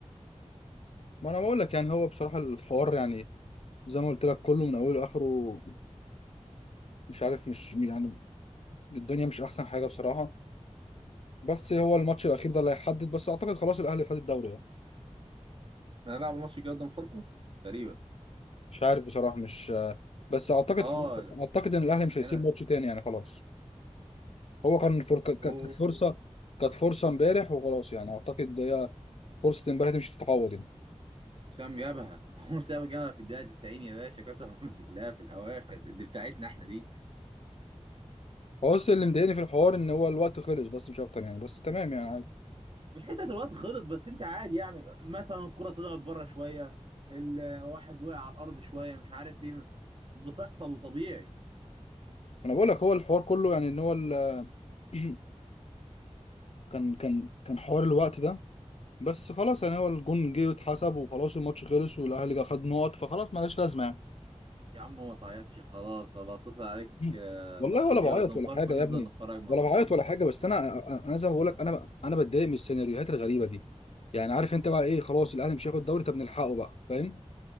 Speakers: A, on the left (about 60°); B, on the right (about 45°).
A: ما انا بقول لك يعني هو بصراحه الحوار يعني زي ما قلت لك كله من اوله لاخره مش عارف مش يعني الدنيا مش احسن حاجه بصراحه بس هو الماتش الاخير ده اللي هيحدد بس اعتقد خلاص الاهلي خد الدوري يعني
B: احنا هنلعب الماتش الجاي قدام فاركو تقريبا
A: مش عارف بصراحه مش بس اعتقد
B: اه
A: خلاص اعتقد ان الاهلي مش هيسيب
B: انا
A: ماتش تاني يعني خلاص هو كان فر... ك-
B: اهو
A: ك- كانت فرصه كانت فرصه امبارح وخلاص يعني اعتقد هي فرصه امبارح دي مش هتتعوض يعني
B: حسام جابها <laughs> هو حسام جابها في الدقيقة 90 يا باشا قسما <laughs> بالله في الأواخر دي بتاعتنا احنا دي
A: هو بس اللي مضايقني في الحوار ان هو الوقت خلص بس مش اكتر يعني بس تمام يعني عادي
B: مش حتة الوقت خلص بس أنت عادي يعني مثلا الكرة طلعت بره شوية الواحد وقع على الأرض شوية مش عارف إيه بتحصل وطبيعي
A: انا بقول لك هو الحوار كله يعني ان هو ال... <clears throat> كان كان كان حوار الوقت ده بس خلاص يعني هو الجون جه واتحسب وخلاص الماتش خلص والاهلي جا خد نقط فخلاص مالهاش لازمه يعني
B: يا عم ما تعيطش خلاص هبقى أتصل عليك
A: <clears throat>
B: آه،
A: والله
B: الماتش
A: ولا
B: الجاي
A: بعيط
B: قدام
A: ولا
B: فاركو
A: حاجه
B: ننزل
A: يا ابني
B: نتفرج مع
A: ولا
B: بعضينا
A: بعيط ولا حاجه بس انا انا أنا زي ما بقول لك انا انا بتضايق من السيناريوهات الغريبه دي يعني عارف انت بقى ايه خلاص الاهلي مش هياخد دوري طب نلحقه بقى فاهم